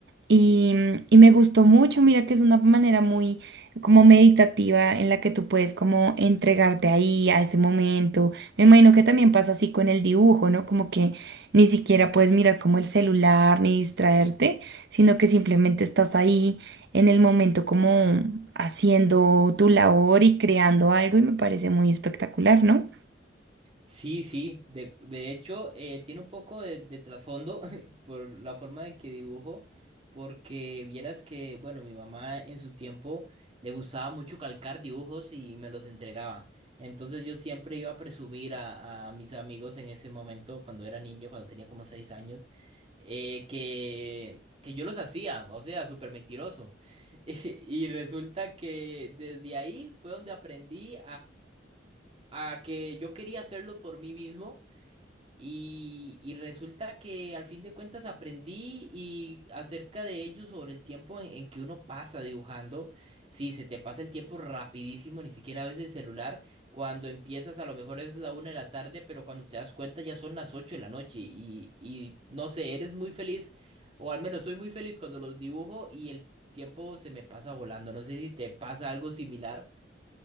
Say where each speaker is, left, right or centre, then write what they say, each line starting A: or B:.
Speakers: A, on the right; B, on the right.
A: y, y me gustó mucho, mira que es una manera muy como meditativa en la que tú puedes como entregarte ahí a ese momento. Me imagino que también pasa así con el dibujo, ¿no? Como que ni siquiera puedes mirar como el celular ni distraerte, sino que simplemente estás ahí en el momento como haciendo tu labor y creando algo y me parece muy espectacular, ¿no?
B: Sí, sí, de, de hecho eh, tiene un poco de, de trasfondo <laughs> por la forma en que dibujo, porque vieras que, bueno, mi mamá en su tiempo le gustaba mucho calcar dibujos y me los entregaba. Entonces yo siempre iba a presumir a, a mis amigos en ese momento, cuando era niño, cuando tenía como seis años, eh, que, que yo los hacía, o sea, súper mentiroso. <laughs> Y resulta que desde ahí fue donde aprendí a que yo quería hacerlo por mí mismo y, y resulta que al fin de cuentas aprendí y acerca de ello sobre el tiempo en, en que uno pasa dibujando. Sí, se te pasa el tiempo rapidísimo, ni siquiera ves el celular. Cuando empiezas a lo mejor es la una de la tarde, pero cuando te das cuenta ya son las ocho de la noche y, y no sé, eres muy feliz o al menos soy muy feliz cuando los dibujo y el tiempo se me pasa volando. No sé si te pasa algo similar.